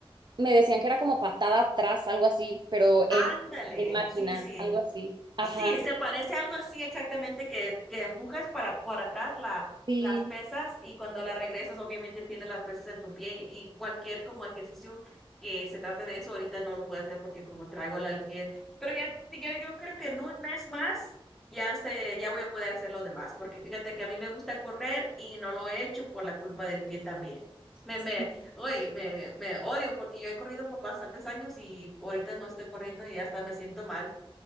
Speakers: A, on the right (about 50°); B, in the centre.
A: me decían que era como patada atrás, algo así, pero
B: Ándale,
A: en, en máquina,
B: sí, sí.
A: algo así. Ajá.
B: Sí, se parece algo así exactamente que, que empujas para por atrás la,
A: Sí.
B: las pesas y cuando la regresas obviamente tienes las pesas en tu pie y cualquier como ejercicio que se trate de eso ahorita no lo puedo hacer porque como traigo la el pie. Pero ya, ya yo creo que en un mes más ya se ya voy a poder hacer lo demás porque fíjate que a mí me gusta correr y no lo he hecho por la culpa del pie también. Me,
A: sí.
B: me, uy, me, me odio porque yo he corrido por bastantes años y ahorita no estoy corriendo y hasta me siento mal.